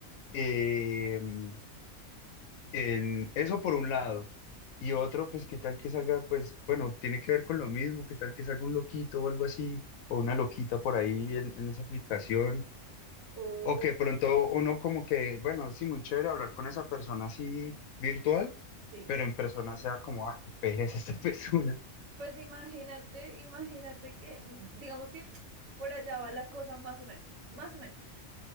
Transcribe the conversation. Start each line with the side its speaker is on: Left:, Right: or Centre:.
Left: em, En eso por un lado. Y otro, pues, qué tal que salga, pues, bueno, tiene que ver con lo mismo, qué tal que salga un loquito o algo así, o una loquita por ahí en, en esa aplicación.
Right: O,
Left: O que pronto uno como que, bueno, sí, muy chévere hablar con esa persona así virtual,
Right: sí.
Left: pero en persona sea como, ah, qué pereza esta <laughs> persona.
Right: Pues imagínate, imagínate que, digamos que por allá va la cosa más o menos, más o menos.